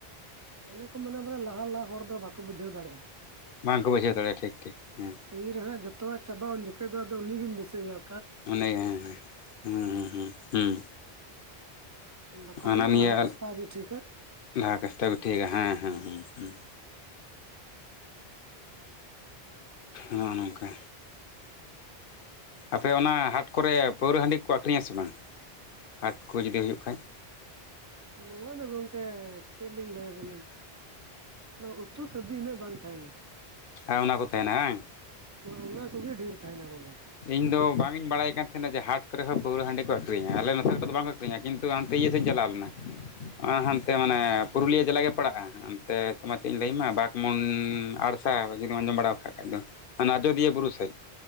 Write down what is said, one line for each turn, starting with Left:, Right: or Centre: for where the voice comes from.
Right: ᱚᱱᱮ ᱠᱚ ᱢᱮᱱᱟ ᱵᱚᱞᱮ ᱞᱟᱦᱟ ᱞᱟᱦᱟ ᱦᱚᱲ ᱫᱚ ᱵᱟᱠᱚ ᱵᱩᱡᱷᱟᱹᱣ ᱫᱟᱲᱮᱭᱟ
Left: ᱵᱟᱝᱠᱚ ᱵᱩᱡᱷᱟᱹᱣ ᱫᱟᱲᱮ ᱴᱷᱤᱠ ᱴᱷᱤᱠ ᱦᱮᱸ
Right: ᱛᱤᱨᱮ ᱦᱟᱸᱜ ᱡᱚᱛᱚᱣᱟᱜ ᱪᱟᱵᱟᱜ-ᱟ ᱩᱱ ᱡᱚᱠᱷᱚᱡ ᱫᱚ ᱟᱫᱚ ᱩᱱᱤᱜᱮᱢ ᱫᱤᱥᱟᱹᱭᱮᱭᱟ
Left: ᱚᱱᱮ ᱦᱩᱸ ᱦᱩᱸ ᱦᱩᱸ ᱦᱩᱸ
Right: ᱵᱟᱠᱚ
Left: ᱦᱟᱱᱟ
Right: ᱢᱮᱱᱟ
Left: ᱱᱤᱭᱟᱹ
Right: ᱞᱟᱦᱟ ᱠᱟᱥᱛᱟᱣ ᱜᱮ ᱴᱷᱤᱠᱟ
Left: ᱞᱟᱦᱟ <unintelligible> ᱦᱮᱸ ᱦᱮᱸ ᱦᱩᱸ ᱦᱩᱸ ᱱᱚᱜ-ᱚ ᱱᱚᱝᱠᱟ ᱟᱯᱮ ᱚᱱᱟ ᱦᱟᱴ ᱠᱚᱨᱮ ᱯᱟᱹᱣᱨᱟᱹ ᱦᱟᱺᱰᱤ ᱠᱚ ᱟᱹᱠᱷᱨᱤᱧᱟ ᱥᱮ ᱵᱟᱝ ᱦᱟᱴ ᱠᱚ ᱡᱩᱫᱤ ᱦᱩᱭᱩᱜ ᱠᱷᱟᱡ
Right: ᱱᱚᱶᱟ ᱫᱚ ᱜᱚᱝᱠᱮ ᱪᱮᱫ ᱞᱤᱧ ᱞᱟᱹᱭ ᱟᱵᱮᱱᱟ᱾ ᱱᱟᱶᱟ ᱩᱛᱩ ᱥᱟᱵᱡᱤ ᱤᱱᱟᱹᱜ ᱵᱟᱝ ᱛᱟᱦᱮᱱᱟ᱾
Left: ᱦᱮᱸ ᱚᱱᱟ ᱠᱚ ᱛᱟᱦᱮᱱᱟ ᱦᱟᱝ᱾
Right: ᱚᱱᱟ ᱠᱚᱜᱮ ᱰᱷᱤᱨ ᱛᱟᱦᱮᱱᱟ ᱱᱚᱱᱰᱮ᱾
Left: ᱤᱧ ᱫᱚ ᱵᱟᱝᱤᱧ ᱵᱟᱲᱟᱭ ᱠᱟᱱ ᱛᱟᱦᱮᱱᱟ ᱡᱮ ᱦᱟᱴ ᱠᱚᱨᱮ ᱦᱚᱸ ᱯᱟᱹᱣᱨᱟᱹ ᱦᱟᱺᱰᱤ ᱠᱚ ᱟ. ᱠᱷᱨᱤᱧᱟ ᱟᱞᱮ ᱱᱚᱛᱮ ᱨᱮ ᱫᱚ ᱵᱟᱝᱠᱚ᱾ ᱟ. ᱠᱷᱨᱤᱧᱟ ᱠᱤᱱᱛᱩ ᱦᱟᱱᱛᱮ ᱤᱭᱟᱹ ᱥᱮᱫᱤᱧ ᱪᱟᱞᱟᱣ ᱞᱮᱱᱟ᱾ ᱦᱟᱱᱛᱮ ᱢᱟᱱᱮ ᱯᱩᱨᱩᱞᱤᱭᱟᱹ ᱡᱮᱞᱟ ᱜᱮ ᱯᱟᱲᱟᱜᱼᱟ ᱦᱟᱱᱛᱮ ᱛᱚᱢᱟ ᱪᱮᱫ ᱤᱧ ᱞᱟᱹᱭ ᱟᱢᱟ ᱵᱟ ᱢᱚᱱ ᱟᱲᱥᱟ ᱡᱩᱫᱤᱢ ᱟᱸᱡᱚᱢ ᱵᱟᱲᱟᱣᱟᱠᱟᱫ ᱠᱷᱟᱡ ᱫᱚ ᱚᱱᱟ ᱟᱡᱚᱫᱤᱭᱟᱹ ᱵᱩᱨᱩ ᱥᱮᱫ᱾